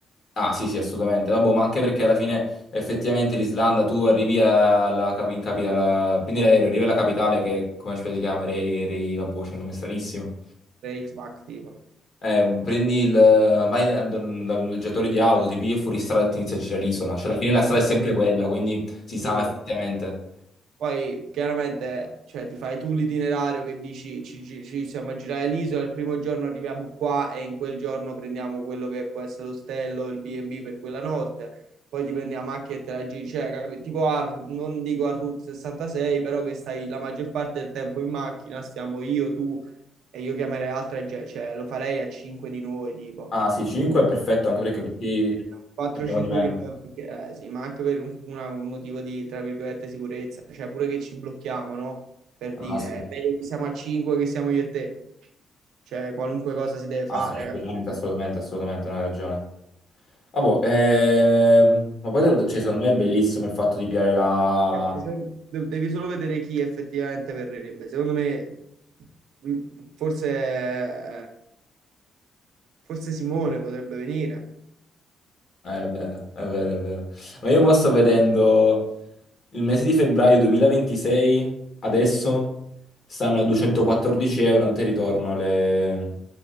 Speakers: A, on the left (about 50°); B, on the right (about 80°).
A: Ah, sì, sì, assolutamente. Vabbè, ma anche perché alla fine effettivamente l'Islanda, tu arrivi alla, cap- in capi- alla- prendi l'aereo, arrivi alla capitale che, come si chiama, Rei, Rei, vabbè, c'è un nome stranissimo.
B: Rate, Mac, tipo.
A: Eh, prendi il, vai dal dal noleggiatore di auto, ti pigli fuori strada e ti inizi a girare l'isola. Cioè, alla fine la strada è sempre quella, quindi si sa
B: Quello,
A: effettivamente.
B: Poi chiaramente cioè, ti fai tu l'itinerario che dici ci, ci, ci siamo a girare l'isola, il primo giorno arriviamo qua e in quel giorno prendiamo quello che può essere l'ostello, il B&B per quella notte, poi ti prendi la macchina e te la giri, cioè capi- tipo a Ru- non dico a Route 66, però che stai la maggior parte del tempo in macchina, stiamo io, tu e io chiamerei altra gente, cioè lo farei a 5 di noi tipo.
A: Ah, sì, 5 è perfetto, anche perché così
B: 4-5
A: spendiamo di meno.
B: mila, perché, eh, sì, ma anche per un, una- un motivo di, tra virgolette, sicurezza, cioè pure che ci blocchiamo, no? Per
A: Ah,
B: dire,
A: sì,
B: è meglio che siamo a 5 che siamo io e te, cioè qualunque cosa si deve
A: ah,
B: fare,
A: sì, assolutamente,
B: capito?
A: assolutamente, assolutamente, no, hai ragione. Ah, boh, ehm, ma poi, devo- cioè, secondo me è bellissimo il fatto di piare la...
B: Eh, de- Devi solo vedere chi effettivamente verrebbe. Secondo me, mh, forse, forse Simone potrebbe venire.
A: eh, È vero, è vero, è vero. Ma io mo sto vedendo il mese di febbraio 2026, adesso stanno a 214 euro andata e ritorno. le-